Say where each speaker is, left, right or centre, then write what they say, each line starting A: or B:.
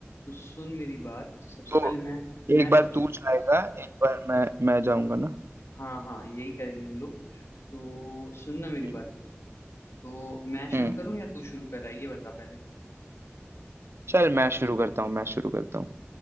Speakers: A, on the left; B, on the right.
A: तो सुन मेरी बात सबसे
B: तो
A: पहले मैं मैं
B: एक बार
A: पूछ
B: तू जाएगा एक बार मैं मैं जाऊंगा ना
A: हाँ हाँ यही करेंगे हम लोग तो सुन ना मेरी
B: हम्म
A: बात तो मैं शुरू
B: हम्म।
A: करूँ या तू शुरू कर रहा है ये बता पहले
B: चल मैं शुरू करता हूँ मैं शुरू करता हूँ